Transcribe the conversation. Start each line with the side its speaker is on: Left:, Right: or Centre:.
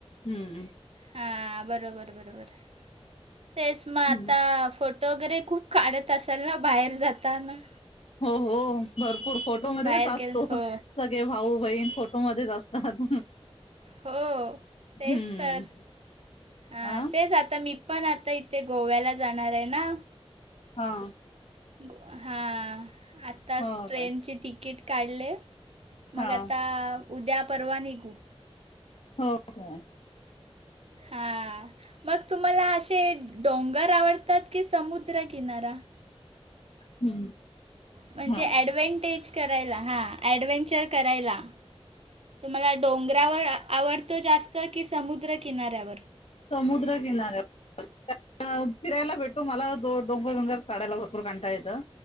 Left: हं
Right: हां बरोबर बरोबर तेच मग
Left: हम्म
Right: आता फोट वगैरे खूप काढत असाल ना बाहेर जाताना
Left: हो हो भरपूर खोट फोटो मध्येच
Right: बाहेर
Left: असतो
Right: गेल हो
Left: सगळे भाऊ बहीण फोटो मध्येच असतात
Right: हो तेच
Left: हम्म
Right: तर ह
Left: आ
Right: तेच आता मी पण आता इथे गोव्याला जाणार आहे ना
Left: हा
Right: ग हां आ आताच
Left: हो
Right: ट्रेनची
Left: का
Right: तिकीट काढले मग
Left: हा
Right: आता उद्या परवा निघू
Left: हो हो
Right: हां मग तुम्हाला असे डोंगर आवडतात की समुद्रकिनारा
Left: हम्म
Right: म्हणजे
Left: हा
Right: ॲडव्हेंटेज करायला हा ॲडवेहेंचर करायला तुम्हाला डोंगरावर आवडतो जास्त की समुद्रकिनाऱ्यावर
Left: समुद्र किनार्या फिरायला भेटो मला दो डोंगर ंगर चचाढायला भरपूर काांटा येतं